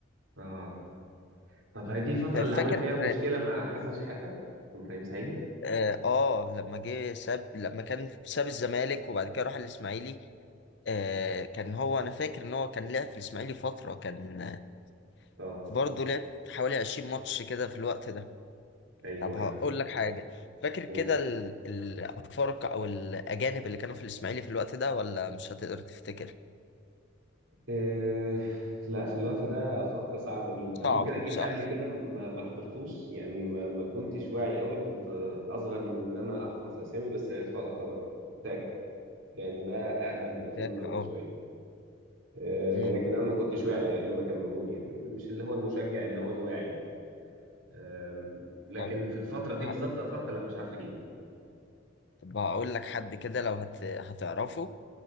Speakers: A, on the right; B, on the left.
A: اه طب هي دي الفترة
B: طيب
A: اللي
B: فاكر
A: عمل فيها مشكلة مع حسن شحاتة ابراهيم سعيد
B: اه آه، لما جه ساب لما كان ساب الزمالك وبعد كده راح الاسماعيلي آه كان هو انا فاكر ان هو كان لعب في الاسماعيلي فتره كان آه،
A: اه
B: برضه لعب حوالي 20 ماتش كده في الوقت ده.
A: ايوه
B: طب
A: ايوه
B: هقول لك حاجة فاكر كده
A: قول
B: ال- الأفارقة أو الأجانب اللي كانوا في الإسماعيلي في الوقت ده ولا مش هتقدر تفتكر؟
A: إيه لا في الوقت ده افارقه صعبه جدا
B: صعب
A: انا ممكن اجيب
B: صح؟
A: قبل كده ما ما حضرتوش يعني ما ما كنتش واعي قوي كنت اصغر من ان انا احفظ اسامي بس عرفته على كبر وتاكا يعني ده اقدم من 2008
B: فاكر أه
A: شويه إيه
B: أمم.
A: لكن انا ما كنتش واعي ايام ما كان موجود يعني مش اللي هو المشجع اللي هو الواعي يعني أم، لكن
B: طب
A: في الفتره دي
B: ه-
A: بالظبط افارقه لا مش عارف اجيب
B: طب هقول لك حد كده لو هت... هتعرفه